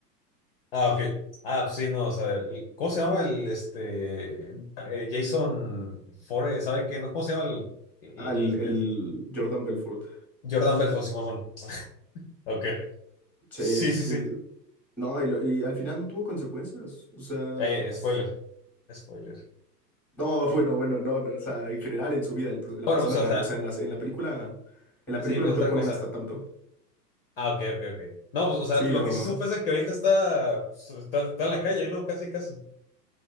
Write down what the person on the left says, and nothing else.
Ah, ok. Ah, pues sí, no, o sea, el- el- ¿cómo se llama el, este, eh, Jason Fore, ¿sabe qué? No, ¿cómo se llama el, el,
el-
el-
Jordan Belfort, Simón? Ok.
Sí,
sí,
sí.
Eh, spoiler.
Spoiler.
Bueno,
pues,
o sea,
sí,
es
otra
cosa.
Ah, ok, ok, ok. No, pues, o sea,
lo
que sí supe es de que ahorita está, pues, está, está en la calle, ¿no? Casi, casi.